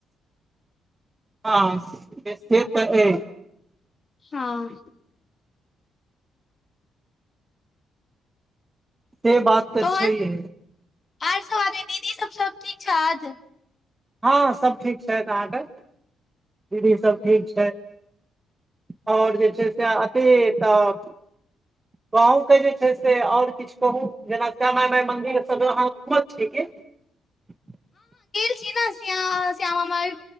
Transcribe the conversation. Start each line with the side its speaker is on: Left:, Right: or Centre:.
Right: हँ हँ से तऽ अए
Left: हँ
Right: से बात तऽ
Left: तहन
Right: छैहे
Left: आर सब आदमी दीदी सब सब ठीक छैथ
Right: हँ सब ठीक छथि अहाँके दीदी सब ठीक छथि आओर जे छै से अथी तऽ बहुके जे छै से आओर किछु कहू जेना श्यामा माय घ <unintelligible>
Left: छीयै न श्यामा श्यामा माइ